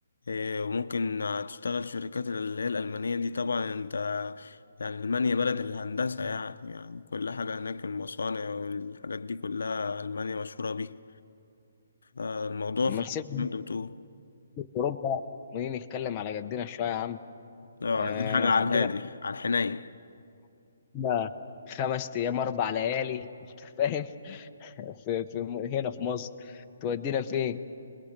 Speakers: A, on the left; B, on the left.
A: إيه، وممكن تشتغل في شركات اللي هي الألمانية دي طبعا انت يعني ألمانيا بلد الهندسة يعني يعني كل حاجة هناك المصانع والحاجات دي كلها ألمانيا مشهورة بيها الموضوع
B: لما
A: فعلا
B: نسيب
A: زي ما انت بتقول
B: اوروبا ونيجي نتكلم على جدنا شويه يا عم
A: اه
B: آه
A: عايزين حاجة
B: لو
A: على
B: حبينا
A: الهادي على الحنين
B: إحنا خمس ايام اربع ليالي انت فاهم في, في هنا في مصر تودينا فين